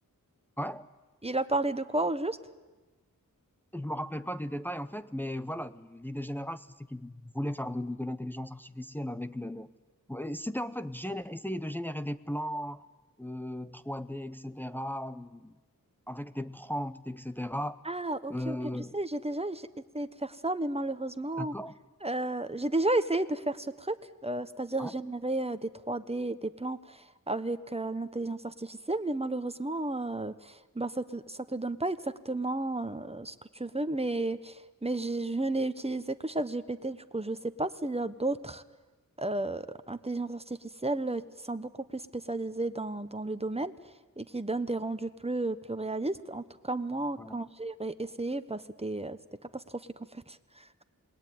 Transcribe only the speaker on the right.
Il a parlé de quoi au juste?
Ah, ok,
ok. Tu sais, j'ai déjà j- essayé de faire ça, mais malheureusement,
euh, j'ai déjà essayé de faire ce truc, euh, c'est-à-dire
générer euh, des trois d des plans avec euh, l'intelligence artificielle, mais malheureusement, euh, bah, ça te, ça te donne pas exactement euh, ce que tu veux, mais, mais j'ai- je n'ai utilisé que ChatGPT, du coup, je sais pas s'il y a d'autres euh, intelligence artificielle euh, qui sont beaucoup plus spécialisées dans, dans le domaine et qui donnent des rendus plus, plus réalistes. En tout cas, moi,
quand j'ai ré- essayé, bah, c'était, euh, c'était catastrophique en fait. <laughs>